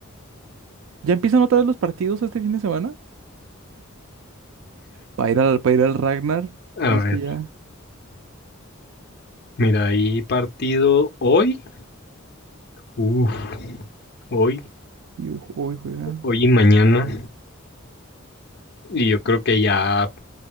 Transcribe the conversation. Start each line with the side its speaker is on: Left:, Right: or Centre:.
Right: ya empiezan otra vez los partidos este fin de semana para ir al, para ir al Ragnar.
Left: A
Right: Y es
Left: ver,
Right: que ya,
Left: mira, hay partido hoy. Uf, hoy,
Right: y hoy hoy juegan
Left: hoy y mañana. Y yo creo que ya,